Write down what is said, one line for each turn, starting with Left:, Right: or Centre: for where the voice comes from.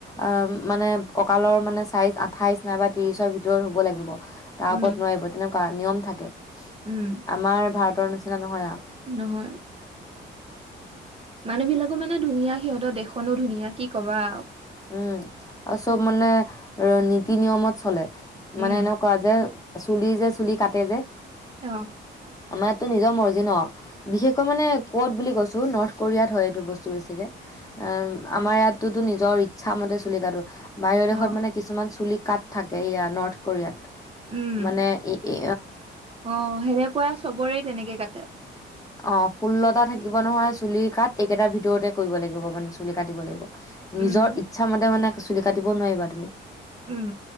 Left: অ মানে কঁকালৰ মানে চাইজ আঠাইশ নাইবা ত্ৰিশ ভিতৰত হ'ব লাগিব তাৰ
Right: উম
Left: ওপৰত নোৱাৰিব তেনেকুৱ নিয়ম থাকে
Right: উম
Left: আমাৰ ভাৰত বতৰ নিচনা নহয় আৰু
Right: নহয় মানুহ বিলাকো মানে ধুনীয়া সিহঁতৰ দেশখনো ধুনীয়া কি কবা
Left: উম আৰু চব মানে নীতি- নিয়মত চলে
Right: উম
Left: মানে এনে কোৱা যে চুলি যে চুলি কাটে যে
Right: অঁ
Left: আমাৰ ইয়াতো নিজৰ মৰ্জি ন বিশেষকৈ মানে কত বুলি গৈছো নৰ্থ কোৰিয়াত হয় এইটো বস্তু বেছিকে উম আমাৰ ইয়াত তো ত নিজৰ মতে চুলি কাটো বাহিৰৰ
Right: অ
Left: দেশত মানে কিছুমান চুলিক কাট থাকে এইয়া নৰ্থ কোৰিয়াত
Right: উম
Left: মানে এ
Right: অ সেনেকুৱা চবৰে তেনেকে কাটে
Left: অঁ ষোল্লটা থাকিব নহয় চুলি কাট এইকেইটাৰ ভিতৰতে কৰিব লাগিব মানে চুলি কাটিব লাগিব
Right: উম
Left: নিজৰ নিজৰমতে মানে চুলি কাটিব নোৱাৰিবা তুমি
Right: উম